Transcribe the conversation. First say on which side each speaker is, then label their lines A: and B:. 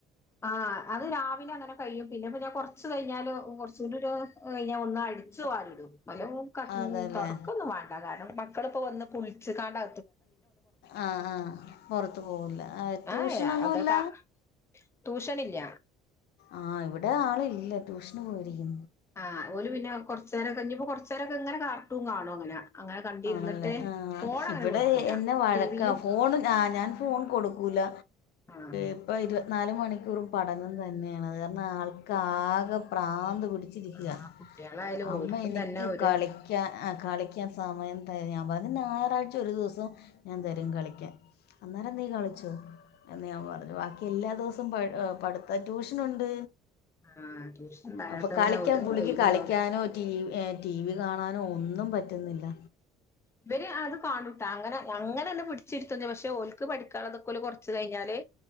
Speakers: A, on the left (about 15°); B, on the left (about 75°).
A: ആഹ് അത് രാവിലെ അങ്ങനെ കഴിയും പിന്നപ്പ ഞ കൊറ്ച് കയിഞ്ഞാല് കൊറചൂടോര് അയിഞ്ഞ ഒന്ന് അടിച്ചു വാരിടും <unintelligible>
B: അതല്ലേ
A: തൊടക്കൊന്നും വാണ്ട കാര്ണം മക്കള്പ്പോ വന്ന് കുളിച് കാണ്ടാ
B: ആഹ് ആഹ് പൊർത്ത് പോവൂല്ല ആ ട്യൂഷനൊന്നുംല്ല.
A: ഏഹ് അതൊക്കെ ട്യൂഷനില്ല
B: ആ ഇവടെ ആളില്ല ട്യൂഷന് പോയിരിക്കു
A: ആഹ് ഓല് പിന്നെ കൊർച്ചേരം നിപ്പോ കൊർച്ചരൊക്കെ ഇങ്ങനെ കാർട്ടും കാണും അങ്ങനെ അങ്ങനെ കണ്ടിരുന്നിട്ട്
B: ആണല്ലേ ആ
A: ഫോൺ
B: ഇവടെ
A: അങ്ങനെ കൊടുക്കൂല
B: എന്നെ വഴക്ക
A: ടിവിയില്
B: ഫോൺ ആ ഞാൻ ഫോൺ കൊടുക്കൂല്ല
A: ആഹ്
B: ഇപ്പ ഇത് നാല് മണിക്കൂറും പഠനം തന്നെയാണ് അത് കാരണം ആൾക്കാകെ പ്രാന്ത് പിടി <unintelligible>
A: ആഹ് കുട്ട്യാളായാലും
B: അമ്മ
A: ഓര്ക്കും
B: എനിക്ക്
A: തന്നെ ഒരു
B: കളിക്കാൻ എ കളിക്കാൻ <unintelligible> ഞാൻ പറഞ്ഞു ഞാറാഴ്ച ഒരു ദിവസം ഞാൻ തരും കളിക്കാൻ അന്നേരം നീ കളിച് ന്ന് ഞാൻ പറഞ്ഞു ബാക്കി എല്ലാ ദിവസവും പപഠിത്ത ട്യൂഷനുണ്ട്.
A: ആഹ് ട്യൂഷൻ ഉണ്ടായാൽ
B: അപ്പൊ
A: തന്നെ
B: കളിക്കൻ
A: ഒരു
B: പുള്ളിക്ക്
A: ഒഴിവുണ്ടാവൂല
B: കളിക്കാനോ ടി വി ഏ ടി വി കാണാ ഒന്നും പറ്റുന്നില്ല.
A: ഇവര് അത് കാണൂട്ട അങ്ങനെ അങ്ങനെന്ന പിടിച്ചിരുത്തു പക്ഷെ ഓല്ക്ക് പഠിക്കാനുള്ളതൊക്കല് കൊർച്ച് കഴിഞ്ഞാല്